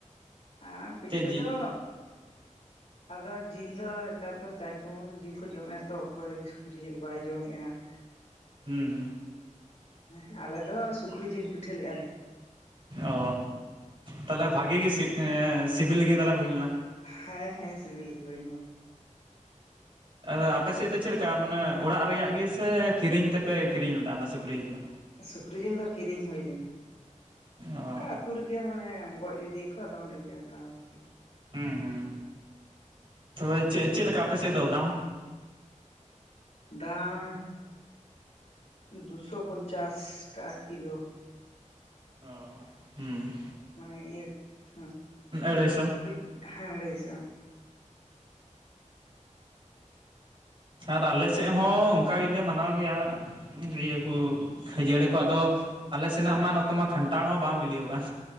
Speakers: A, on the left; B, on the right.
A: ᱮᱸ ᱯᱤᱴᱷᱟᱹ
B: ᱪᱮᱫ ᱡᱤᱞ
A: ᱫᱚ ᱟᱫᱚ ᱡᱤᱞ ᱫᱚ ᱱᱮᱛᱟᱨ ᱫᱚ ᱡᱟᱠ ᱡᱮᱢᱚᱱ ᱡᱤᱞ ᱠᱚ ᱡᱚᱢᱮᱜᱼᱟ ᱛᱚ ᱚᱠᱚᱭ ᱥᱩᱠᱨᱤ ᱡᱤᱞ ᱵᱟᱭ ᱡᱚᱢᱮᱜᱼᱟ <unintelligible>
B: ᱩᱸ ᱦᱩᱸ
A: ᱮ ᱟᱞᱮᱫ ᱫᱚ ᱥᱩᱠᱨᱤ ᱡᱤᱞ ᱯᱤᱴᱷᱟᱹ ᱞᱮᱜᱼᱟ ᱞᱮ᱾
B: ᱚ ᱛᱟᱦᱞᱮ ᱵᱷᱟᱜᱤ ᱜᱮ ᱥᱤᱵᱤᱞ ᱜᱮ ᱛᱟᱦᱚᱞᱮ ᱵᱩᱡᱽ ᱞᱮᱱᱟ᱾
A: ᱦᱮᱸ ᱦᱮᱸ ᱥᱤᱵᱤᱞ ᱜᱮ ᱦᱩᱭ ᱾
B: ᱟᱫᱚ ᱟᱯᱮ ᱥᱮᱫ ᱫᱚ ᱪᱮᱫ ᱞᱮᱠᱟ ᱢᱟᱱᱮ ᱚᱲᱟᱜ ᱨᱮᱭᱟᱜ ᱜᱮᱥᱮ, ᱠᱤᱨᱤᱧ ᱛᱮᱯᱮ ᱠᱤᱨᱤᱧ ᱞᱮᱫᱟ ᱚᱱᱟ ᱥᱩᱠᱨᱤ ᱡᱤᱞ ᱫᱚ᱾
A: ᱥᱩᱠᱨᱤ ᱡᱤᱞ ᱫᱚ ᱠᱤᱨᱤᱧ ᱦᱩᱭ ᱞᱮᱱᱟ᱾
B: ᱚ
A: ᱚᱱᱠᱟ ᱟᱛᱳ ᱨᱮᱜᱮ ᱢᱟᱱᱮ ᱜᱚᱡ ᱞᱮᱫᱮᱭᱟᱠᱚ ᱟᱫᱚ ᱚᱸᱰᱮ ᱜᱮ ᱦᱟᱛᱟᱣ <inaudible>
B: ᱦᱩᱸ ᱦᱩᱸ ᱛᱚᱵᱮ ᱪᱮᱫ ᱪᱮᱫ ᱞᱮᱠᱟ ᱟᱯᱮᱥᱮᱫ ᱫᱚ ᱫᱟᱢ᱾
A: ᱫᱟᱢ ᱫᱩᱥᱚ ᱯᱚᱧᱪᱟᱥ ᱴᱟᱠᱟ ᱠᱤᱞᱳ
B: ᱚ ᱦᱩᱸ
A: ᱢᱟᱱᱮ ᱤᱭᱟᱹ ᱦᱮᱸ
B: ᱮᱲᱟᱹᱭᱥᱚ
A: ᱠᱟᱹᱴᱤᱡ ᱦᱮ ᱟᱹᱲᱟᱹᱭᱥᱚ
B: ᱟᱨ ᱟᱞᱮ ᱥᱮᱫ ᱦᱚᱸ ᱚᱱᱠᱟ ᱜᱮᱞᱮ ᱢᱟᱱᱟᱣ ᱜᱮᱭᱟ ᱤᱭᱟᱹ ᱠᱚ ᱠᱷᱟᱹᱡᱟᱹᱲᱤ ᱟᱫᱚ ᱟᱞᱮ ᱥᱮᱱᱟᱜ
A: ᱦᱮᱸ
B: ᱢᱟ ᱱᱚᱛᱮ ᱢᱟ ᱠᱷᱟᱱᱴᱷᱟᱲ ᱦᱚᱸ ᱵᱟᱝ ᱵᱤᱞᱤᱠᱟᱱ